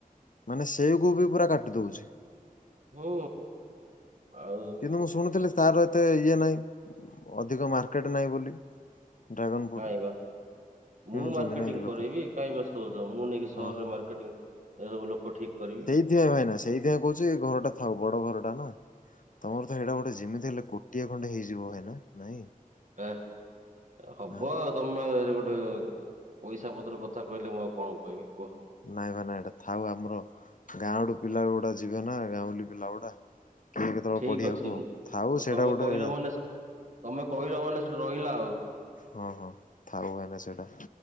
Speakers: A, on the left (about 65°); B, on the right (about 60°).
A: ମାନେ ସେଉ କୁ ବି ପୁରା କାଟି ଦଉଛି।
B: ହୁଁ। ଆଉ
A: କିନ୍ତୁ ମୁଁ ଶୁଣୁଥିଲି ତାର ଏତେ ଇଏ ନାହିଁ ଅଧିକ ମାର୍କେଟ ନାହିଁ ବୋଲି। ଡ୍ରାଗନ ଫ୍ରୁଟ୍
B: କାଇଁବା
A: କିଣୁଛନ୍ତି
B: ମୁଁ ମାର୍କେଟିଂ
A: ନାଇଁ କି ଲୋକ
B: କରେଇବି କାଇଁ ବ୍ୟସ୍ତ ହଉଛ ମୁଁ ନେଇକି ସହରରେ
A: ହଁ ହଁ
B: ମାର୍କେଟିଂ।
A: ହଁ
B: ଏସବୁ ଲୋକ ଠିକ୍ କରିବି।
A: <inaudible> ଭାଇ ନା ସେଇଥିପାଇଁ କହୁଛି ଏ ଘରଟା ଥାଉ ବଡ ଘରଟା ନା? ତମର ତ ହେଇଟା ଗୋଟେ ଯେମିତି ହେଲେ କୋଟିଏ ଖଣ୍ଡେ ହେଇଯିବ ଭାଇନା ନାଇଁ?
B: ଏ ହବ
A: ଆଁ
B: ତମେ ଏ ଗୋଟେ ପଇସା ପତ୍ର କଥା କହିଲେ ମୁଁ ଆଉ କଣ କହିବି କୁହ?
A: ନାଇଁ ବା ନାଇଁ ଏଟା ଥାଉ ଆମର ଗାଁ ଆଡୁ ପିଲା ଗୁଡା ଯିବେ ନା ଗାଉଁଲି ପିଲା ଗୁଡା। କିଏ କେତେବେଳେ
B: ଠିକ
A: ପଢିବାକୁ
B: ଅଛି
A: ଆଉ
B: ମୁଁ
A: ଥାଉ
B: ଆଉ
A: ସେଇଟା
B: ତମେ
A: ଗୋଟେ
B: କହିଲ ମାନେ ତମେ କହିଲ ମାନେ ସେଠି ରହିଲା ଆଉ।
A: ହଁ ହଁ ଥାଉ ଭାଇନା ସେଇଟା।